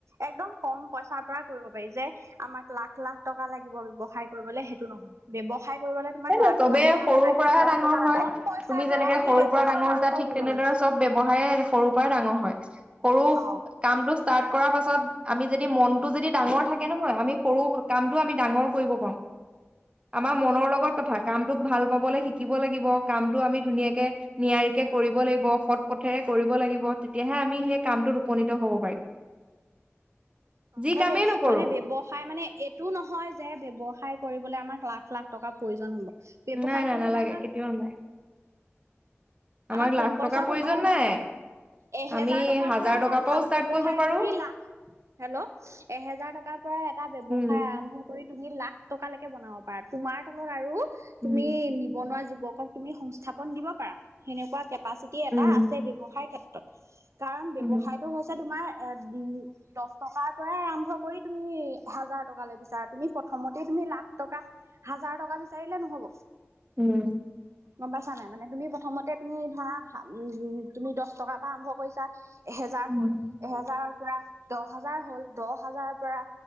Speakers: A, on the right (about 80°); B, on the right (about 25°).
A: একদম কম পইচাৰ পৰা কৰিব পাৰি যে আমাক লাখ লাখ টকা লাগিব ব্যৱসায় কৰিবলে সেইটো নহয়। ব্যৱসায় কৰিবলৈ তোমাক
B: সেই
A: লাখ
B: চবেই
A: লাখ টকা
B: সৰুৰ
A: নালাগে,
B: পৰাহে ডাঙৰ হয়
A: কম পইচাৰ
B: তুমি যেনেকে
A: পৰাই তুমি
B: সৰুৰ
A: ব্যৱসায়টো
B: পৰা ডাঙৰ হৈছা
A: আৰম্ভ
B: ঠিক
A: কৰিব
B: তেনেদৰে
A: পাৰিবা।
B: চব ব্যৱসায়ে সৰুৰ পৰা ডাঙৰ হয়, সৰু
A: অ
B: কামটো ষ্টাৰ্ট কৰ পাছত আমি যদি মনটো যদি ডাঙৰ থাকে নহয় আমি সৰু কামটোও আমি ডাঙৰ কৰিব পাৰোঁ। আমাৰ মনৰ লগত কামটোক ভাল পাবলে শিকিব লাগিব, কামটো আমি ধুনীয়াকে নিয়াৰিকে কৰিব লাগিব, সৎ পথে সৎ পথেৰে কৰিব লাগিব তেতিয়াহে আমি সেই কামটোত উপনীত হ'ব পাৰিম। যি
A: সেইটোয়ে
B: কামেই নকৰো
A: মানে ব্যৱসায় মানে এইটো নহয় যে, ব্যৱসায় কৰিবলৈ আমাক লাখ-লাখ টকাৰ প্ৰয়োজন হ'ব ব্যৱসায়
B: নাই নাই
A: কৰিবলৈ
B: নালাগে
A: আমাক
B: কেতিয়াও নাই আমাক
A: আমাৰ কম
B: লাখ
A: পইচা
B: টকাৰ প্ৰয়োজন
A: হ'লে
B: নাই
A: এহেজাৰ
B: আমি
A: টকাৰ
B: হাজাৰ
A: পৰা এটা
B: টকাৰ
A: ভাল
B: পৰাও ষ্টাৰ্ট
A: ব্যৱসায়
B: কৰিব পাৰো
A: কৰি লাখ হেল্ল' এহেজাৰ টকাৰ পৰা এটা ব্য্য়ৱসায়
B: উম
A: আৰম্ভ কৰি তুমি লাখ টকা লৈকে বনাব পাৰা তোমাৰ তলত আৰু
B: উম,
A: তুমি নিবনুৱা যুৱকক তুমি সংস্থাপন দিব সেনেকুৱা কেপাচিটি এটা
B: উম,
A: আছে ব্যৱসায়ৰ ক্ষেত্ৰত, কাৰণ ব্যৱসায়টো
B: উম,
A: হৈছে তোমাৰ এ দু দহ টকাৰ পৰা আৰম্ভ কৰি তুমি হাজাৰ টকা লৈ বিছাৰা তুমি প্ৰথমতে তুমি তুমি লাখ টকা হাজাৰ টকা বিচাৰিলে নহ'ব।
B: উম
A: গম পাইছা নাই মানে তুমি প্ৰথমতে তুমি ধৰা উম তুমি দহ টকাৰ পৰা আৰম্ভ কৰিছা। এহেজাৰ
B: উম,
A: হ'ল এহেজাৰ পৰা দহ হাজাৰ হ'ল, দহ হাজাৰৰ পৰা